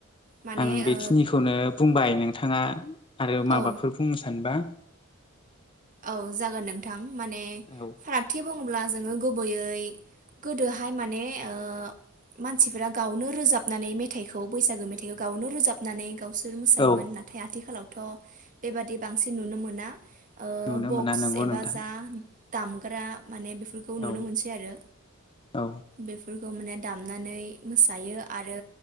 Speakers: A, on the right; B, on the left.
A: माने
B: आं बेखिनिखौनो
A: ओ
B: बुंबाय नों थाङा आरो माबाफोर
A: औ
B: बुंनो सानबा?
A: औ जागोन नोंथां माने
B: औ
A: फारागथि बुं ब्ला जोङो गुबैयै गोदोहाय माने ओ मानसिफोरा गावनो रोजाबनानै मेथाइखौ बैसागो मेथाइखौ गावनो रोजाबनानै गावसोर बि मोसायोमोन
B: औ
A: नाथाय आथिखालाव थ' बेबादि बांसिन नुनो मोना। ओ
B: नुनो
A: बक्स
B: मोना नंगौ
A: एबा
B: नोंथां
A: जा दामग्रा माने बेफोरखौ नुनो
B: औ
A: मोनसै आरो
B: औ
A: बेफोर बेखौ माने दामनानै मोसायो आरो